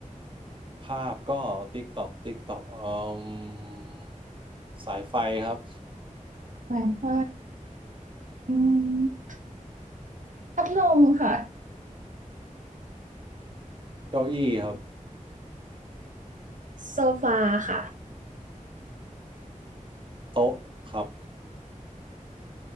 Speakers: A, on the right (about 40°); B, on the right (about 70°).
A: ภาพก็ติ๊กตอกติ๊กตอกอืมสายไฟครับ
B: ไวไฟอืมพัดลมค่ะ
A: เก้าอี้ครับ
B: โซฟาค่ะ
A: โต๊ะครับ